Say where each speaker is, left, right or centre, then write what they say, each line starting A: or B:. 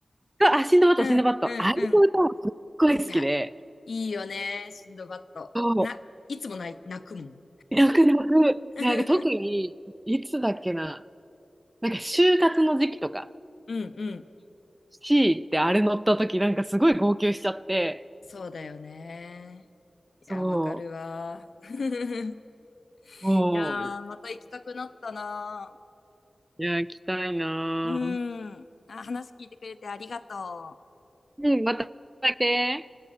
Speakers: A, on the right; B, on the left.
A: あ、シンドバッド、
B: うん、
A: シンドバッド。
B: うん、
A: あれの歌もすっごい好きで、
B: うん。いや、いいよねー、シンドバッド。
A: そう。
B: な、いつも泣い、泣くもん。
A: 泣く泣く。
B: <laughs>
A: なんか特に、いつだっけな。なんか就活の時期とか、
B: うん、うん。
A: C ってあれ乗った時なんかすごい号泣しちゃって、
B: そうだよねー。
A: そ
B: いや、わかるわー。<laughs> い
A: う。もう、
B: やー、また行きたくなったなー。
A: いや、行きたいなぁ。
B: うん。あ、話聞いてくれてありがとう。
A: うん、また来て。